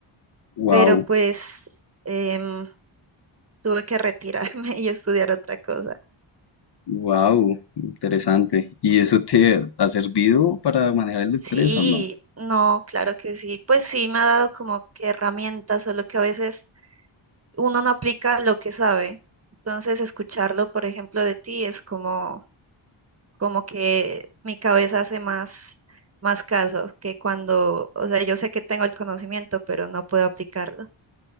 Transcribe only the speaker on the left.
Wow,
wow, interesante. ¿Y eso te ha servido para manejar el estrés
o no?